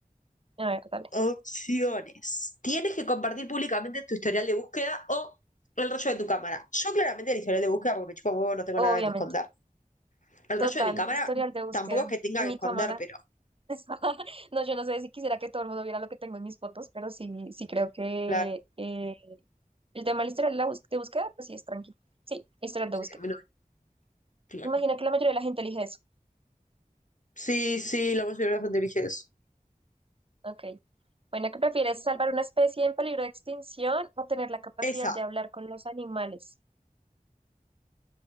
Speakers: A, on the right (about 40°); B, on the left (about 55°).
A: A ver, dale.
B: Opciones. Tienes que compartir públicamente tu historial de búsqueda o el rollo de tu cámara. Yo claramente el historial de búsqueda porque me chupa un huevo, no tengo
A: Obviamente.
B: nada que esconder. El
A: Total,
B: rollo de mi cámara
A: historial de búsqueda
B: tampoco es que tenga
A: en
B: que
A: mi
B: esconder,
A: cámara.
B: pero
A: <laughs> No, yo no sé si quisiera que todo el mundo viera lo que tengo en mis fotos, pero sí, sí creo que
B: claro.
A: eh, el tema del historial de la bús- de búsqueda, pues sí es tranquilo. Sí, historial de
B: Sí,
A: búsqueda.
B: a mí no me- claro.
A: Imagina que la mayoría de la gente elige eso.
B: Sí, sí, la mayoría de la gente elige eso.
A: Ok. Bueno, ¿qué prefieres, salvar una especie en peligro de extinción o tener la capacidad
B: Esa.
A: de hablar con los animales?